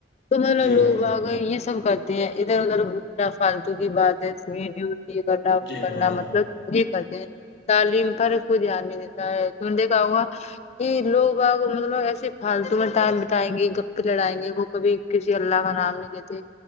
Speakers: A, on the left; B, on the left.
A: تو مطلب
B: جی
A: لوگ
B: میم
A: اگر یہ سب کرتے ادھر ادھر گنا فالتو کی بات ہے س ڈیوٹی کاا
B: جی
A: کرنا
B: میم
A: مطلب یہی کرتے ہیں تعلیم پر کوئی دھیان نہیں دیتا ہے س دیکھا ہوا یہ لوگ ب مطلب ایسے فالتو کا ٹائم بتائیں گے گپ لڑائیں گے وہ کبھی کسی اللہ کا نام نہیں دیتے